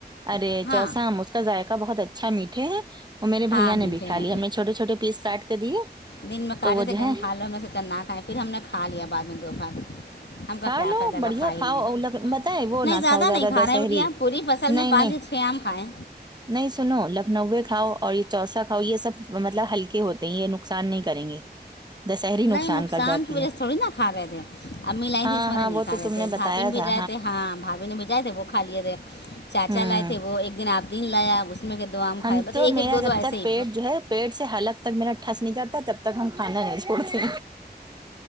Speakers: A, on the right (about 25°); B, on the left (about 85°).
A: ارے
B: ہاں
A: چوسام اس کا ذائقہ بہت اچھا میٹھے ہے اور میرے
B: ہاں
A: بھیا
B: میٹھے
A: نے بھی کا
B: ہیں
A: لیا ہمیں چھوٹے چھوٹ پیس کاٹ کر کے دیے
B: دن میں کاٹے
A: تو وہ
B: تھے
A: جو
B: کہیں
A: ہے
B: کھا لو ہم میں سے چنا کھائےیں پھر ہم نے کھا لیا بعد میں دو پار ہم کا
A: کھا
B: کیا
A: لو
B: فائدہ
A: بڑھیا
B: لافائی
A: کھاؤ
B: نے
A: اور لگ پتہ ہے وہ
B: نہیں
A: نہ
B: زیادہ
A: کھاؤ
B: نہیں کھا
A: دسہری
B: رہے ہیں بٹیا پوری فصل
A: نہیں
B: میں پانج
A: نہیں
B: فم کائیں
A: نہیں سنو لکھنؤ کاؤ اور یہ چوسا کھاؤ یہ سب مطلب ہل ک ہوتے ہیں یہ نقصان نہیں کریں گے دسہری
B: نہیں
A: نقصان کر جاتی
B: کی وجہ
A: ہے
B: سے تھوڑی نا کا رہے تھے امی لائییں
A: ہاں
B: تھی اسمارے
A: ہاں
B: نہیں
A: وہ
B: کھ
A: تو
B: رہے
A: تم
B: تھے
A: بتایا
B: بھابھی نے بھی
A: تھا
B: جائے تھے ہاں بھابھی نے بھی جائے تھے وہ کا لیے تھے چاچا
A: ہوں
B: لائے تھے وہ ایک دن آپ دن لایا اس اس میں کے دو آم
A: ہم
B: کائے ب
A: تو
B: ایک
A: میرا
B: ایک دو
A: جب
B: ایسے
A: تک
B: ہی
A: پیٹ جو ہے پیٹ سے حالک تک میرا ٹھنس نہیں جاتا ہے تب تک ہم کھانا نہیں چھوڑتے